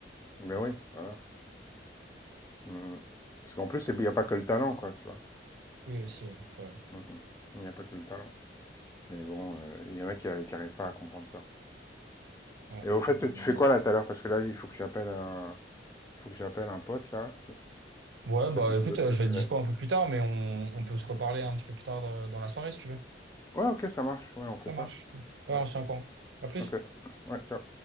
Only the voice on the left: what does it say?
ben oui, voilà. Mmh. Parce qu'en plus, il n'y a pas que le talent, quoi, tu vois.
Mmh, mmh. Il n'y a pas que le talent. Mais bon, euh, il y en a qui n'arrivent pas à comprendre ça.
Et au fait,
tu fais quoi là tout à l'heure? Parce que là, il faut que j'appelle un... faut que j'appelle un pote là,
qui
habite
de l'autre
côté
de
l'Atlantique.
Ouais, ok, ça marche. Ouais, on
fait ça.
Ouais,
ok. Ouais, ciao.